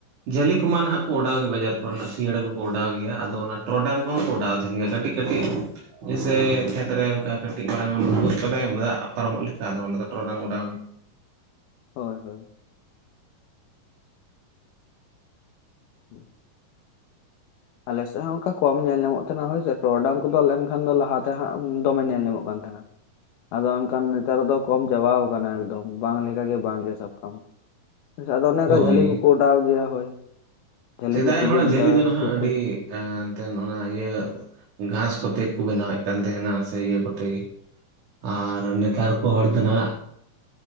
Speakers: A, on the right; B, on the left.
A: ᱡᱷᱟᱹᱞᱤ ᱠᱚᱢᱟ ᱱᱦᱟᱜ ᱠᱚ ᱚᱰᱟᱣ ᱜᱮᱭᱟ ᱵᱟᱡᱟᱨ ᱠᱚᱨᱮ ᱱᱟᱜ ᱥᱤᱭᱟᱹᱲᱟ ᱠᱚᱠᱚ ᱚᱰᱟᱣ ᱜᱮᱭᱟ ᱟᱫᱚ ᱚᱱᱟ ᱴᱨᱚᱰᱟᱝ ᱠᱚᱦᱚ ᱠᱚ ᱚᱰᱟᱣ ᱛᱟᱦᱮᱱ ᱜᱮᱭᱟ ᱠᱟᱴᱤ ᱠᱟᱴᱤᱜ ᱡᱮᱭᱥᱮ ᱠᱷᱮᱛᱨᱮ ᱚᱱᱠᱟ ᱠᱟᱴᱤᱡ ᱢᱟᱨᱟᱝ ᱮᱢ ᱵᱩᱜᱟᱹᱜ ᱠᱟᱫᱟᱭᱮᱢ ᱫᱟᱜ ᱯᱟᱨᱚᱢᱚᱜ ᱞᱮᱠᱟ ᱟᱫᱚ ᱚᱴᱮ ᱫᱚ ᱰᱚᱨᱚᱰᱟᱝ ᱚᱰᱟᱣ
B: ᱦᱳᱭ ᱦᱳᱭ ᱦᱩ ᱟᱞᱮ ᱥᱮᱜ ᱦᱚᱸ ᱚᱝᱠᱟ ᱠᱚᱢ ᱧᱮᱞ ᱧᱟᱢᱚᱜ ᱛᱮᱦᱮᱱᱟ ᱦᱳᱭᱥᱮ ᱴᱨᱚᱰᱟᱝ ᱠᱚᱫᱚ ᱞᱮᱝᱠᱷᱟᱱ ᱫᱚ ᱞᱟᱦᱟ ᱛᱮ ᱦᱟᱜ ᱫᱚᱢᱮ ᱧᱮᱞ ᱧᱟᱢᱚᱜ ᱠᱟᱱ ᱛᱟᱦᱮᱱᱟ᱾ ᱟᱫᱚ ᱮᱱᱠᱷᱟᱱ ᱱᱮᱛᱟᱨ ᱫᱚ ᱠᱚᱢ ᱪᱟᱵᱟᱣ ᱠᱟᱱᱟ ᱮᱠᱫᱚᱢ ᱵᱟᱝ ᱞᱮᱠᱟ ᱜᱮ ᱵᱟᱝ ᱜᱮ ᱥᱟᱵ ᱠᱟᱢᱮ᱾ ᱟᱫᱚ ᱚᱱᱮ ᱚᱠᱟ
A: ᱦᱳᱭ
B: ᱡᱷᱟᱹᱞᱤ ᱠᱚᱠᱚ ᱚᱴᱟᱣ ᱜᱮᱭᱟ ᱦᱳᱭ᱾ ᱡᱷᱟᱹᱞᱤ
A: ᱥᱮᱫᱟᱭ
B: ᱠᱚ ᱛᱮᱜᱮ
A: ᱦᱚᱲᱟᱜ
B: ᱱᱮᱛᱟᱨ
A: ᱡᱷᱟᱹᱞᱤ ᱫᱚ
B: ᱦᱟᱹᱠᱩ
A: ᱱᱷᱟᱸᱜ ᱟᱹᱰᱤ
B: ᱠᱚ
A: ᱮᱸ ᱮᱱᱛᱮᱱ ᱚᱱᱟ ᱤᱭᱟᱹ ᱜᱷᱟᱸᱥ ᱠᱚᱛᱮ ᱜᱮ ᱠᱚ ᱵᱮᱱᱟᱣᱮᱜ ᱠᱟᱱ ᱛᱟᱦᱮᱸᱱᱟ ᱥᱮ ᱤᱭᱟᱹ ᱠᱚᱛᱮ ᱜᱮ ᱟᱨ ᱱᱮᱛᱟᱨ ᱠᱚ ᱦᱚᱲ ᱫᱚ ᱱᱷᱟᱸᱜ